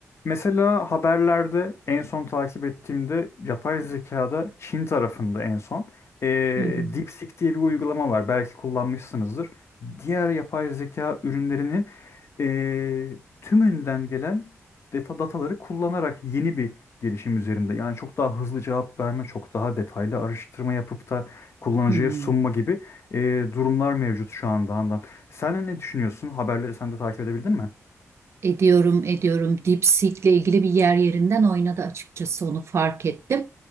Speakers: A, on the left; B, on the right.
A: Mesela haberlerde en son takip ettiğimde yapay zekada Çin tarafında en son eee
B: Hı hı.
A: DeepSeek diye bir uygulama var. Belki kullanmışsınızdır. Diğer yapay zeka ürünlerinin eee, tümünden gelen data dataları kullanarak yeni bir gelişim üzerinde. Yani çok daha hızlı cevap verme, çok daha detaylı araştırma yapıp da kullanıcıya
B: Hı. hı.
A: sunma gibi eee, durumlar mevcut şu anda Handan. Sen ne düşünüyorsun? Haberleri sen de takip edebildin mi?
B: Ediyorum, ediyorum. Dipsik'le ilgili bir yer yerinden oynadı açıkçası onu fark ettim.